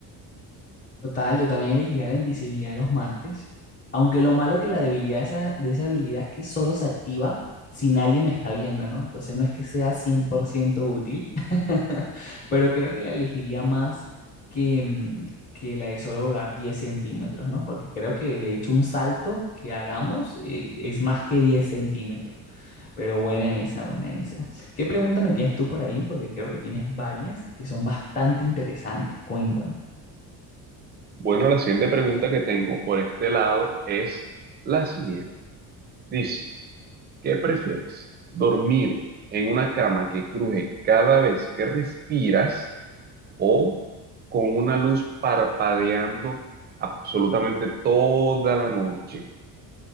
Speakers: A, on the left (about 25°); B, on the right (about 30°).
A: Total, yo también elegiría la invisibilidad de los martes, aunque lo malo que la debilidad de esa, de esa habilidad es que solo se activa si nadie me está viendo, ¿no? Entonces no es que sea 100% útil, <laughs> pero creo que la elegiría más que, mm, que la de solo volar 10 centímetros, ¿no? Porque creo que de hecho un salto que hagamos eh, es más que 10 centímetros. Pero buena esa, buena esa. ¿Qué pregunta me tienes tú por ahí? Porque creo que tienes varias que son bastante interesantes. Cuéntame.
B: Bueno, la siguiente pregunta que tengo por este lado es la siguiente. Dice, ¿qué prefieres? ¿Dormir en una cama que cruje cada vez que respiras o con una luz parpadeando absolutamente toda la noche?